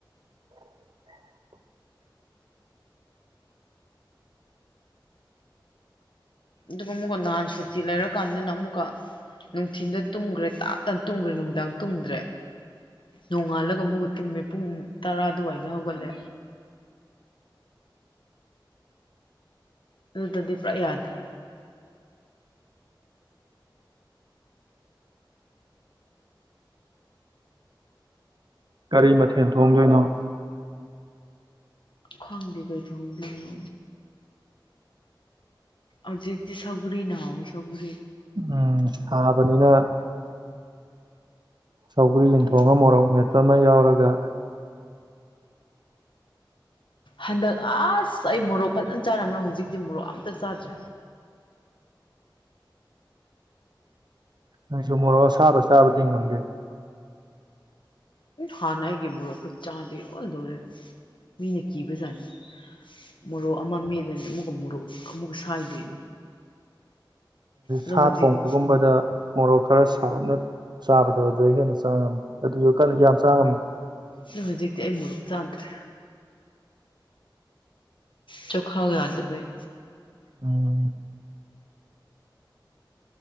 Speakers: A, on the right (about 65°); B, on the left (about 80°).
A: <unintelligible>
B: ꯑꯗꯨꯃ ꯀ ꯅꯥꯟ ꯁꯨ ꯁꯤ ꯂꯩꯔꯀꯥꯟꯗꯅ ꯑꯃꯨꯛꯀ ꯅꯨꯡꯊꯤꯟꯗ ꯇꯨꯝꯈ꯭ꯔꯦ ꯇꯥꯞ ꯇꯅ ꯇꯨꯝꯈ꯭ꯔꯦ ꯅꯨꯃꯤꯗꯥꯡ ꯇꯨꯝꯗ꯭ꯔꯦ ꯅꯣꯡꯉꯥꯜꯂꯒ ꯑꯃꯨꯛꯒ ꯇꯨꯝꯃꯦ ꯄꯨꯡ ꯇꯔꯥ ꯑꯗꯨꯋꯥꯏꯗ ꯍꯧꯒꯠꯂꯦ ꯑꯗꯨꯗꯨꯗꯗꯤ ꯄꯥ ꯌꯥꯗ꯭ꯔꯦ
A: ꯀꯔꯤ ꯃꯊꯦꯜ ꯊꯣꯡꯗꯣꯏꯅꯣ
B: ꯈꯪꯕꯤꯒ ꯊꯣꯡꯕꯤꯅ ꯑꯖꯤꯛꯇꯤ ꯁꯒꯔꯤꯅꯍꯧꯋ ꯁꯒꯔꯤ
A: ꯎꯝ ꯁꯥꯕꯅꯤꯅ ꯁꯧꯒ꯭ꯔꯤ ꯌꯦꯟꯊꯣꯡꯉ
B: ꯎꯝ
A: ꯃꯣꯔꯛ ꯃꯦꯠ ꯆ ꯃ ꯌꯥꯎꯔꯒ
B: ꯍꯟꯗꯛ ꯑꯁ ꯑꯩ ꯃꯣꯔꯣꯛ ꯐꯖꯅ ꯆꯥꯔꯝ꯭ꯔ ꯍꯧꯖꯤꯛꯇꯤ ꯃꯣꯔꯣꯛ ꯑꯝꯇ ꯆꯥꯗ꯭ꯔꯦ
A: ꯑꯩꯁꯨ ꯃꯣꯔꯣꯛ ꯑꯁꯥꯕ ꯆꯥꯕꯗꯤ ꯉꯝꯗꯦꯗ
B: ꯍꯥꯟꯅ ꯑꯩꯒꯤ ꯃꯣꯔꯣꯛꯀ ꯆꯥꯗꯦ ꯑꯣꯟꯗꯣꯔꯦ ꯃꯤꯅ ꯀꯤꯕꯖꯥꯠꯅꯤ ꯃꯣꯔꯣꯛ ꯑꯃ ꯃꯦꯗꯅꯤ ꯑꯃꯨꯛꯀ ꯃꯣꯔꯣꯛ ꯑꯃꯨꯛꯀ ꯁꯥꯏꯗꯣꯏꯅꯤ ꯑꯗꯣ
A: ꯁꯥ
B: ꯍꯧꯖꯤꯛ
A: ꯊꯣꯡꯕꯒꯨꯝꯕꯗ ꯃꯣꯔꯣꯛ ꯈꯔ ꯁꯥꯞꯅ ꯆꯥꯕꯗ ꯑꯗꯨ ꯍꯦꯟꯅ ꯆꯥꯝꯦ ꯑꯗꯨꯁꯨ ꯌꯥꯝ ꯆꯥ ꯉꯝꯗꯦ
B: ꯅ ꯍꯧꯖꯤꯛꯇꯤ ꯑꯩ ꯃꯣꯔꯨꯞ ꯆꯥꯗ꯭ꯔꯦ ꯆꯣꯈꯥ ꯌꯥꯗꯕꯩ
A: ꯎꯝ